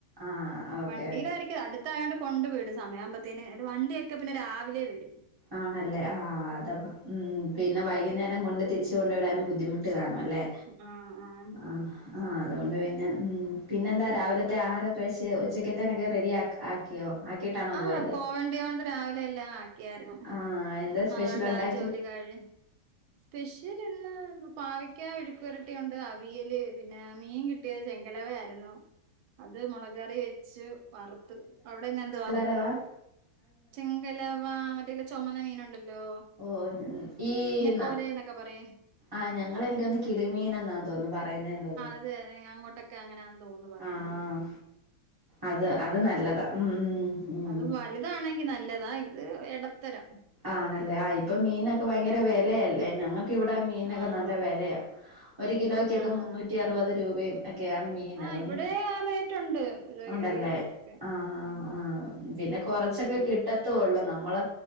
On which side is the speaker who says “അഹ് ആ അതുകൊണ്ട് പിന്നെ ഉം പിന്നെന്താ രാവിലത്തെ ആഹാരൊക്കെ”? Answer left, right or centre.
Right